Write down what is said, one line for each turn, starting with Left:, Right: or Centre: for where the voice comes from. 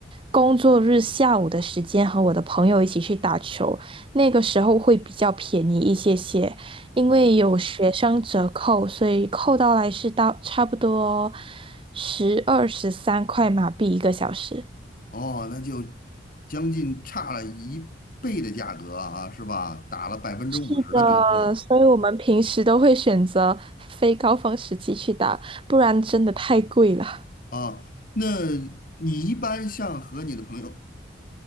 Right: 工作日下午的时间和我的朋友一起去打球，那个时候会比较便宜一些些，因为有学生折扣，
Left: 嗯
Right: 所以扣到来是到差不多十二十三块马币一个小时。
Left: 哦，那就将近差了一倍的价格啊，是吧？打了百分之五十的折扣
Right: 是的，所以我们平时都会选择非高峰时期去打，不然真的太贵了。
Left: 啊。那你一般像和你的朋友